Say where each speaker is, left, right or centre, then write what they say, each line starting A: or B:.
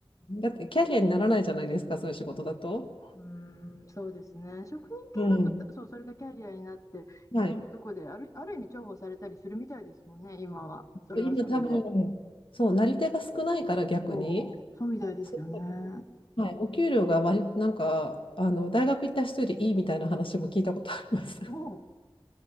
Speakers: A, on the left; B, on the left.
A: ん、だってキャリアにならないじゃないですか、そういう仕事だと。
B: うーん、そうですね。職人系だと、
A: うん。
B: たそう、それがキャリアになって、
A: はい。
B: いろんなとこで、ある、ある意味重宝されたりするみたいですもんね、今は。それはそれで。
A: 今多分、そう、なり手が少ないから逆に、
B: そう、そうみたいですよね。
A: そはい、お給料が割り、なんか、あの、大学行った人よりいいみたいな話も聞いたことあります。
B: も